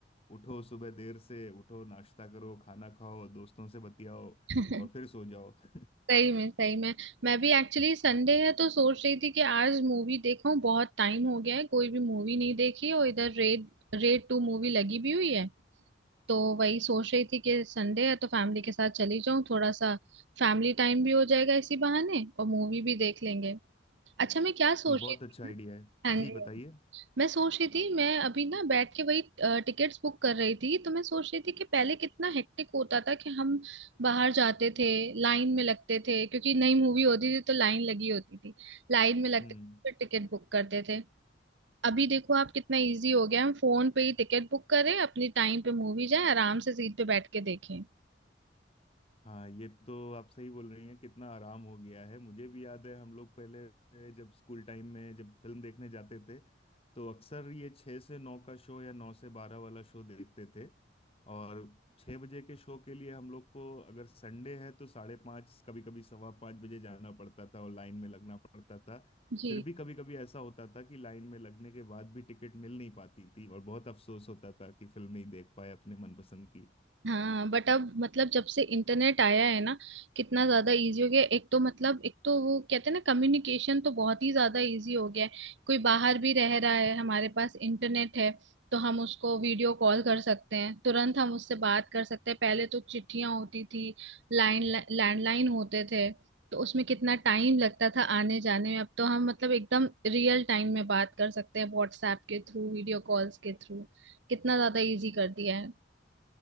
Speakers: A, on the left (about 35°); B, on the right (about 75°).
A: उठो सुबह देर से उठो नाश्ता करो खाना खाओ दोस्तों से बतियाओ
B: <laughs>
A: और फिर सो जाओ <laughs>
B: सही में सही में मैं भी एक्चुअली संडे है तो सोच रही थी कि आज मूवी देखूं बहुत टाइम हो गया है कोई भी मूवी नहीं देखी और इधर रेड रेड टू मूवी लगी भी हुई है तो वही सोच रही थी कि संडे है तो फैमिली के साथ चली जाऊं थोड़ा सा फैमिली टाइम भी हो जाएगा इसी बहाने और मूवी भी देख लेंगे अच्छा मैं क्या सोच
A: ये बहुत
B: रही थी
A: अच्छा आइडिया
B: ना
A: है
B: हाँ
A: जी
B: जी
A: बताइए
B: मैं सोच रही थी मैं अभी ना बैठ के वही टिकट्स बुक कर रही थी तो मैं सोच रही थी कि पहले कितना हेक्टिक होता था कि हम बाहर जाते थे लाइन में लगते थे क्योंकि नई मूवी होती थी तो लाइन लगी होती थी लाइन में लगते
A: हम्म
B: थे फिर टिकट बुक करते थे अभी देखो आप कितना इजी हो गया हम फोन पे ही टिकट बुक करें अपनी टाइम पे मूवी जाए आराम से सीट पे बैठ के देखें
A: हाँ ये तो आप सही बोल रही हैं कितना आराम हो गया है मुझे भी याद है हम लोग पहले जब स्कूल टाइम में जब फिल्म देखने जाते थे तो अक्सर ये छः से नौ का शो या नौ से बारह वाला शो देखते थे और छः बजे के शो के लिए हम लोग को अगर संडे है तो साढ़े पाँच कभी कभी सवा पाँच बजे जाना पड़ता था और लाइन में लगना पड़ता था
B: जी
A: फिर भी कभी कभी ऐसा होता था कि लाइन में लगने के बाद भी टिकट मिल नहीं पाती थी और बहुत अफसोस होता था कि फिल्म नहीं देख पाए अपने मनपसंद की
B: हाँ बट अब मतलब जब से इंटरनेट आया है ना कितना ज्यादा इजी हो गया है। एक तो मतलब एक तो वो कहते हैं ना कम्युनिकेशन तो बहुत ही ज्यादा इजी हो गया है कोई बाहर भी रह रहा है हमारे पास इंटरनेट है तो हम उसको वीडियो कॉल कर सकते हैं तुरंत हम उससे बात कर सकते हैं पहले तो चिट्ठियां होती थी लाइन लैंडलाइन होते थे तो उसमें कितना टाइम लगता था आने जाने में अब तो हम मतलब एकदम रियल टाइम में बात कर सकते हैं व्हाट्सएप के थ्रू वीडियो कॉल्स के थ्रू कितना ज्यादा इजी कर दिया है